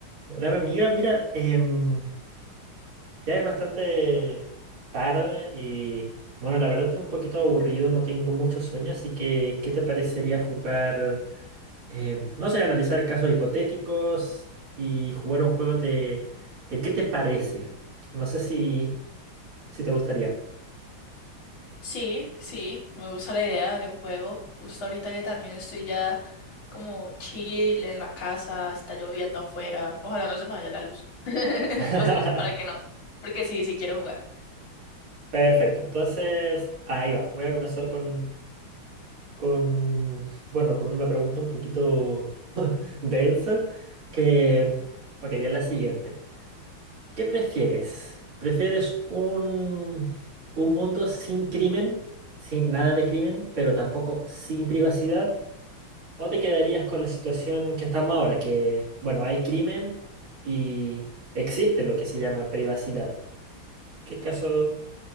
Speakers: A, on the right; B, on the left.
A: Hola, mi amiga, mira, em, ya es bastante tarde y bueno, la verdad estoy un poquito aburrido, no tengo mucho sueño, así que ¿qué te parecería jugar, em, no sé, analizar casos hipotéticos y jugar un juego de, de qué te parece? No sé si, si te gustaría.
B: Sí, sí, me gusta la idea de un juego. Justo ahorita que también estoy ya como chill en la casa, está lloviendo afuera. Ojalá no se me vaya la luz. <laughs>
A: <laughs>
B: Recemos para que no, porque sí, sí quiero jugar.
A: Perfecto, entonces ahí va, voy a comenzar con, con, bueno, con una pregunta un poquito <laughs> densa que, ok, es la siguiente. ¿Qué prefieres? ¿Prefieres un, un mundo sin crimen, sin nada de crimen, pero tampoco sin privacidad? ¿O te quedarías con la situación que estamos ahora, que, bueno, hay crimen y existe lo que se llama privacidad? ¿Qué caso